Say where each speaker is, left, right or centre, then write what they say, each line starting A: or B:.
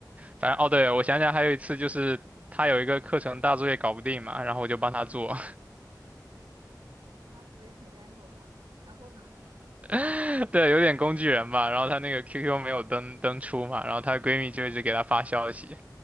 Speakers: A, on the right; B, on the right.
A: 反正哦，对，我想想还有一次就是他有一个课程大作业搞不定嘛，然后我就帮他做。
B: 那属于很冤种了。然后呢？
A: <laughs> 对，有点工具人吧。然后她那个 QQ 没有登登出嘛，然后她闺蜜就一直给她发消息。